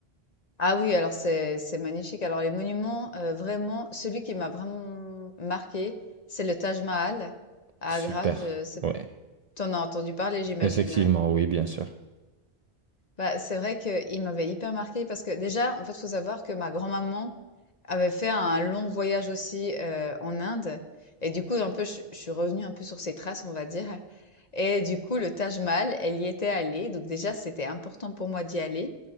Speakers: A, on the left; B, on the right.
A: ah oui, alors c'est, c'est magnifique. Alors, les monuments, euh, vraiment, celui qui m'a vraiment marqué, c'est le Taj Mahal à
B: Super.
A: Agra. Je, c'est,
B: Ouais.
A: t'en as entendu parler, j'imagine.
B: Effectivement,
A: hein.
B: oui, bien sûr.
A: Bah, c'est vrai qu'il m'avait hyper marqué parce que déjà, en fait, faut savoir que ma grand-maman, avait fait un long voyage aussi, heu, en Inde et du coup, un peu, je je suis revenue un peu sur ses traces, on va dire et du coup, le Taj Mahal, elle y était allée, donc déjà, c'était important pour moi d'y aller